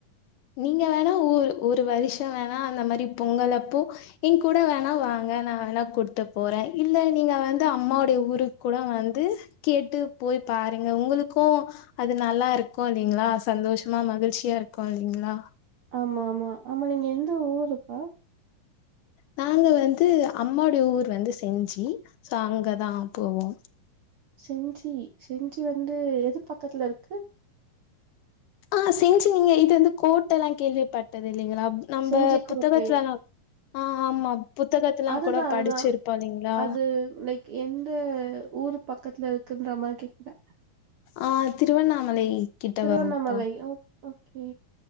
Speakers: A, on the left; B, on the right.
A: நீங்க வேணா ஒர் ஒரு வருஷோ வேணா அந்தமாரி பொங்கலப்போ எங்கூட வேணா வாங்க நா வேணா கூட்டுபோறே இல்ல நீங்க வந்து அம்மாவுடைய ஊருக்கு கூட வந்து கேட்டு போய் பாருங்க உங்களுக்கோ அது நல்லாயிருக்கு இல்லைங்ளா சந்தோஷமா மகிழ்ச்சியாயிருக்கு இல்லைங்ளா
B: ஆமா ஆமா ஆமா நீங்க எந்த ஊருப்பா
A: நாங்க வந்து அம்மாவுடைய ஊர் வந்து செஞ்சு சோ அங்கதா போவோ
B: செஞ்சி செஞ்சி வந்து எது பக்கத்துலருக்கு
A: ஆ செஞ்சு நீங்க இது வந்து கோர்ட் எல்லா கேள்விப்பட்டது இல்லைங்ளா நம்ப
B: செஞ்சி கோட்டை
A: புத்தகத்துலல்லா ஆ ஆமா புத்தகத்தலா
B: அதுதா
A: கூடோ
B: அதுதா
A: படிச்சுருப்போ இல்லைங்ளா
B: அது லைக் எந்த ஊர் பக்கத்துல இருக்குன்ற மாரி கேக்றே
A: ஆ திருவண்ணாமலை கிட்ட
B: திருவண்ணாமலை
A: வரும்ப்பா
B: ஓ ஓகே